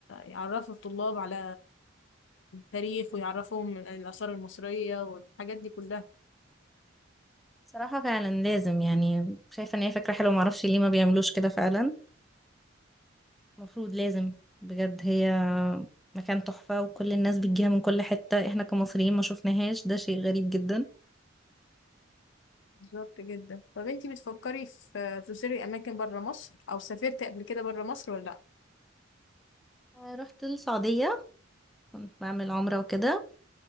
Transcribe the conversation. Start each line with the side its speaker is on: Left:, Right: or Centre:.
Left: يعرفوا الطلاب على التاريخ ويعرفوهم الآثار المصرية والحاجات دي كلها
Centre: صراحة فعلا لازم يعني شايفة ان هي فكرة حلوة معرفش ليه ما بيعملوش كده فعلا المفروض لازم بجد هي مكان تحفة وكل الناس بتجيها من كل حتة احنا كمصريين ما شوفناهاش ده شيء غريب جدا
Left: بالظبط جدا طب انتي بتفكري في تزوري اماكن بره مصر او سافرتي قبل كده بره مصر ولا لا
Centre: آه، رحت السعودية كنت بعمل عمرة وكده